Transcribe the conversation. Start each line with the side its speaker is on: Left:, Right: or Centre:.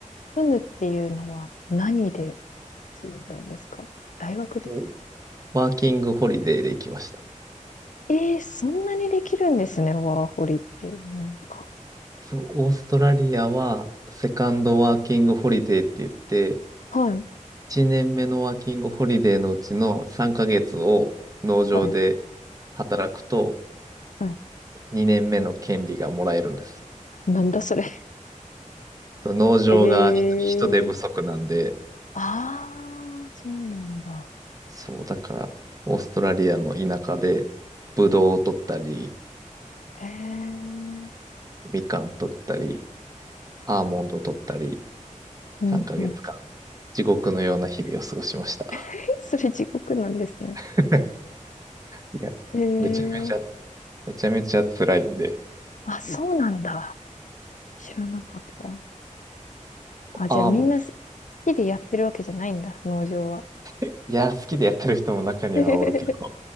Left: 住むっていうのは何で住んだんですか大学で
Right: と、ワーキングホリデーで行きました。
Left: ええー、そんなにできるんですね、ワーホリって。なんか。
Right: そう、オーストラリアはセカンドワーキングホリデーって言って、
Left: はい。
Right: 1年目のワーキングホリデーのうちの3ヶ月を農場で
Left: はい。
Right: 働くと
Left: はい。
Right: 2年目の権利がもらえるんです。
Left: なんだそれ。
Right: 農場が人人手不足なんで、
Left: ええー。ああ、そうなんだ。
Right: そう、だから、オーストラリアの田舎で、ブドウを取ったり、
Left: へえ。
Right: みかん取ったり、アーモンドを取ったり、
Left: うんうん。
Right: 3ヶ月間、地獄のような日々を過ごしました。
Left: え、それ地獄なんですね。
Right: <laughs> いや、
Left: えー、
Right: めちゃめちゃ、めちゃめちゃ辛いんで、
Left: あ、そうなんだ。知らなかった。あ、じゃあみんな好
Right: アーモンド、
Left: きでやってるわけじゃないんだ、農場は。
Right: いや、好きでやってる人も中にはおるけど、
Left: <laughs>